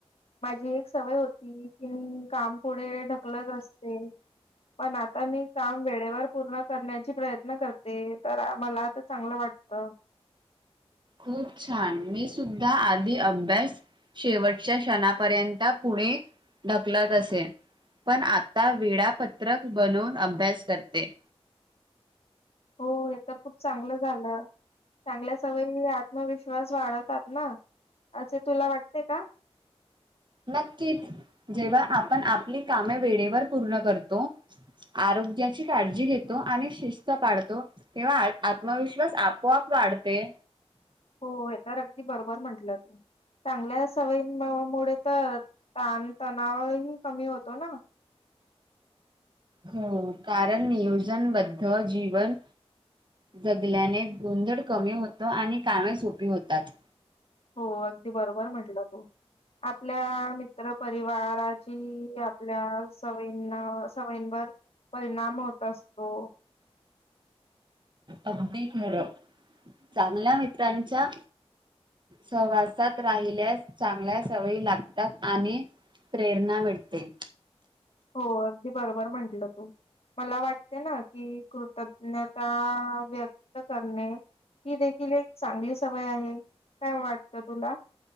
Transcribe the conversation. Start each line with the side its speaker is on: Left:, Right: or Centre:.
Left: माझी एक सवय होती की मी काम पुढे ढकलत असते पण आता मी काम वेळेवर पूर्ण करण्याचा प्रयत्न करते तर मला तर चांगलं वाटत
Right: खूप छान मी सुद्धा आधी अभ्यास शेवटच्या क्षणापर्यंत पुढे ढकलत असे पण आता वेळापत्रक बनवून अभ्यास करते
Left: हो हे तर खूप चांगलं झालं चांगल्या सवयी आत्मविश्वास वाढवतात ना असे तुला वाटते का
Right: नक्कीच जेव्हा आपण आपली कामे वेळेवर पूर्ण करतो आरोग्याची काळजी घेतो आणि शिस्त पाळतो तेव्हा आत्मविश्वास आपोआप वाढते
Left: हो हे तर अगदी बरोबर म्हंटलं तू चांगल्या सवयीं मुळे ताणतणाव ही कमी होतो ना <unintelligible>
Right: हो कारण नियोजनबद्ध जीवन जगल्याने गोंधळ कमी होतो आणि कामे सोपी होतात
Left: हो अगदी बरोबर म्हटलं तू आपल्या मित्र परिवाराची आपल्या सवयीनां सवयंवर परिणाम होत असतो
Right: अगदी खरं चांगल्या मित्रांच्या सहवासात राहिल्यास चांगल्या सवयी लागतात आणि प्रेरणा मिळते.
Left: हो अगदी बरोबर म्हंटलं तू मला वाटते ना कि कृतज्ञता व्यक्त करणे ही देखील एक चांगली सवय आहे काय वाटत तुला